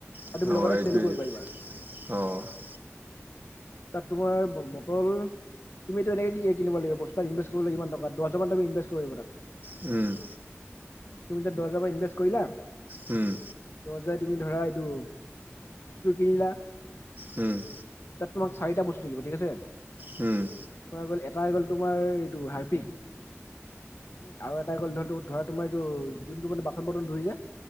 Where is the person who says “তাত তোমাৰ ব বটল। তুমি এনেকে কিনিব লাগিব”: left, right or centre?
Left